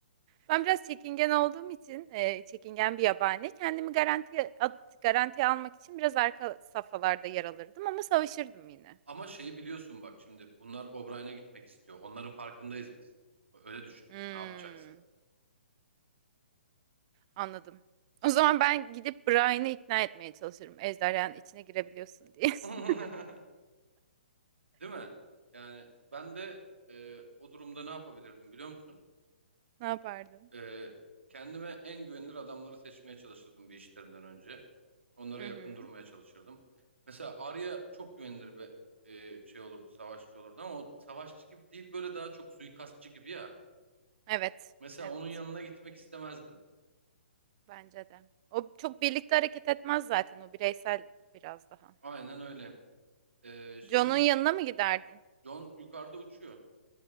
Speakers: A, on the right (about 35°); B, on the right (about 85°).
A: Ben biraz çekingen olduğum için, e, çekingen bir yabani. Kendimi garantiye at- garantiye almak için biraz arka safhalarda yer alırdım ama savaşırdım yine.
B: Ama şeyi biliyorsun bak şimdi bunlar O'Brien'e gitmek istiyor. Onların farkındayız biz. Öyle düşün.
A: Hmm.
B: Ne yapacaksın?
A: Anladım. O zaman ben gidip Brian'ı ikna etmeye çalışırım. Ejderhanın içine girebiliyorsun diye.
B: <laughs>
A: <laughs>
B: Değil mi? Yani ben de e, o durumda ne yapabilirdim biliyor musun?
A: Ne yapardın?
B: Ee, kendime en güvenilir adamları seçmeye çalışırdım bir işlerinden önce. Onlara
A: Hı
B: yakın
A: hı.
B: durmaya çalışırdım. Mesela Arya çok güvenilir bir e, şey olurdu, savaşçı olurdu ama o savaşçı gibi değil böyle daha çok suikastçı gibi ya.
A: Evet.
B: Mesela
A: Evet.
B: onun yanına gitmek istemezdim.
A: Bence de. O çok birlikte hareket etmez zaten. O bireysel biraz daha.
B: Aynen öyle. Ee, şeyin
A: John'un yanına mı giderdin?
B: Jon yukarıda uçuyor.